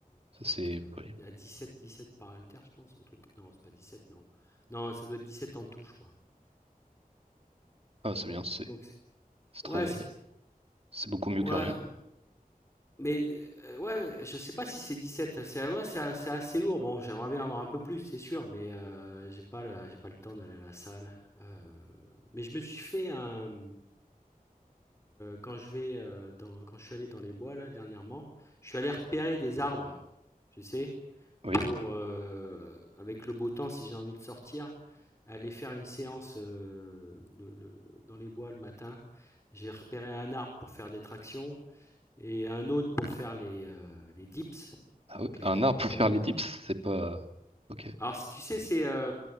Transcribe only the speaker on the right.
Ça
c'est
poids libre.
Ah, c'est bien, c'est
c'est très,
c'est beaucoup mieux
que rien.
Oui.
Ah
oui,
un
art pour
faire
les dips, c'est pas. Ok,